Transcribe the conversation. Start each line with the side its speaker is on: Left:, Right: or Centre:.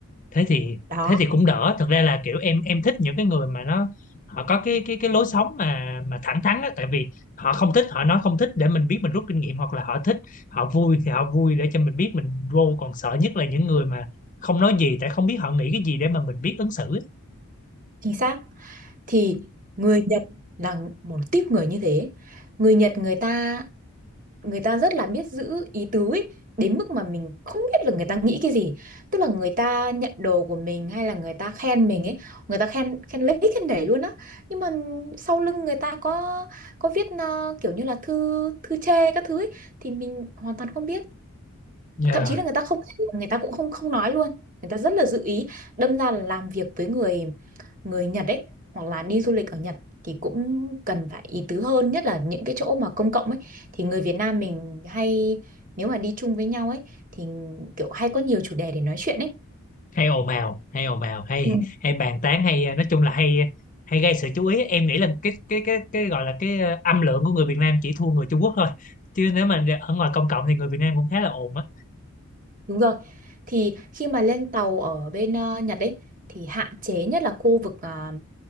Left: thế thì
Right: đó
Left: thế thì cũng đỡ. Thực ra là kiểu em em thích những cái người mà nó họ có cái cái cái lối sống mà mà thẳng thắn á tại vì họ không thích họ nói không thích để mình biết mình rút kinh nghiệm hoặc là họ thích họ vui thì họ vui để cho mình biết mình vô còn sợ nhất là những người mà không nói gì tại không biết họ nghĩ cái gì để mà mình biết ứng xử.
Right: chính xác thì người Nhật là một típ người như thế người Nhật người ta người ta rất là biết giữ ý tứ ấy, đến mức mà mình không biết là người ta nghĩ cái gì tức là người ta nhận đồ của mình hay là người ta khen mình ấy người ta khen khen lấy khen để luôn á nhưng mà sau lưng người ta có có viết ờ, kiểu như là thư thư chê các thứ ấy, thì mình hoàn toàn không biết
Left: Dạ.
Right: thậm chí là người ta không người ta cũng không không nói luôn người ta rất là giữ ý đâm ra là làm việc với người người Nhật ấy hoặc là đi du lịch ở Nhật thì cũng cần phải ý tứ hơn nhất là những cái chỗ mà công cộng ấy thì người Việt Nam mình hay nếu mà đi chung với nhau ấy thì kiểu hay có nhiều chủ đề để nói chuyện ấy
Left: hay ồn ào hay ồn ào hay
Right: Ừ.
Left: hay bàn tán hay ờ, nói chung là hay hay gây sự chú ý em nghĩ là cái cái cái cái gọi là cái ờ, âm lượng của người Việt Nam chỉ thua người Trung Quốc thôi chứ nếu mà ở ngoài công cộng thì người Việt Nam cũng khá là ồn á
Right: đúng rồi thì khi mà lên tàu ở bên ờ, Nhật ấy thì hạn chế nhất là khu vực ờ,